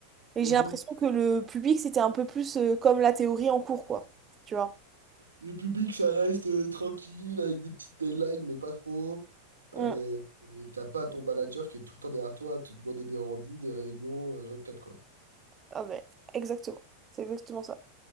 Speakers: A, on the right; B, on the right.
A: Et
B: mhm.
A: j'ai l'impression que le public, c'était un peu plus euh, comme la théorie en cours, quoi. Tu vois.
B: Le public, ça reste euh, tranquille, avec des petites deadlines, mais pas trop.
A: Mm.
B: Euh, et t'as pas ton manager qui est tout le temps derrière toi à te demander des rendus, des réunions, euh, 24, quoi.
A: Ah ben, exactement. C'est exactement ça.